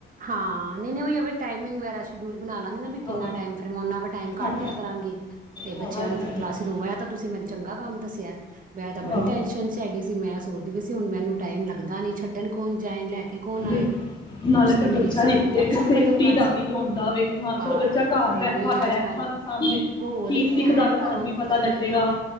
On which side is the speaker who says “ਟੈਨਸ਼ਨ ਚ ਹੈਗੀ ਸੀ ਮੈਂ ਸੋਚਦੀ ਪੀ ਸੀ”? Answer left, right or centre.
Right